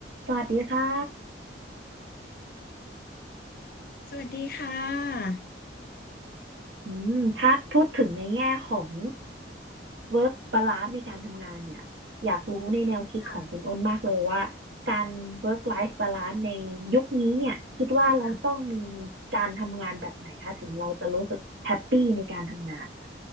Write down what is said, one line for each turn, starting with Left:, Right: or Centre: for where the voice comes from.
Right: สวัสดีค่ะ
Left: สวัสดีค่ะ
Right: อืมถ้าพูดถึงในแง่ของ work balance ในการทำงานเนี่ยอยากรู้ในแนวคิดของคุณอ้นมากเลยว่า
Left: ค่ะ
Right: การ work life balance ในยุคนี้เนี่ยคิดว่าเราต้องมี
Left: ค่ะ
Right: การทำงานแบบไหนคะถึงเราจะรู้สึกแฮปปี้ในการทำงาน